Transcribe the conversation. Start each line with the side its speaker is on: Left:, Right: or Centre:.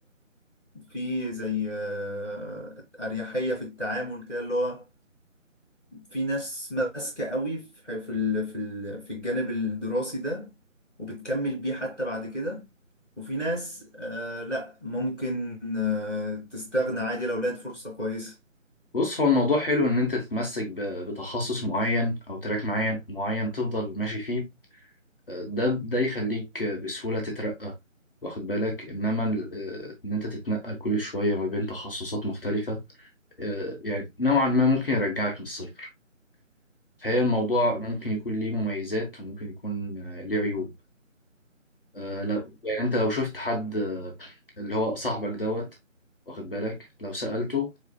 Centre: فيه زي آه، أريحية في التعامل كده اللي هو في ناس ماسكة قوي في في ال... في ال... في الجانب الدراسي ده وبتكمل بيه حتى بعد كده وفي ناس آه لا ممكن آه تستغنى عادي لو لقت فرصة كويسة
Left: بص هو الموضوع حلو ان انت تتمسك ب- بتخصص معين او تراك معين معين تفضل ماشي فيه ده ده يخليك بسهولة تترقى واخد بالك انما ال- آه، ان انت تتنقل كل شوية ما بين تخصصات مختلفة آه، يعني نوعا ما ممكن يرجعك من الصفر فهي الموضوع ممكن يكون ليه مميزات وممكن يكون آه، ليه عيوب آه، لو يعني انت لو شفت حد آه، اللي هو صاحبك دوت واخد بالك لو سألته